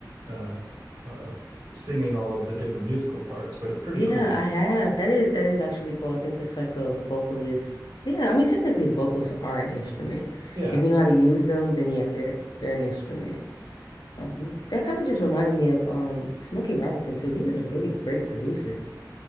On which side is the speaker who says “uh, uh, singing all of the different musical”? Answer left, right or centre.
Right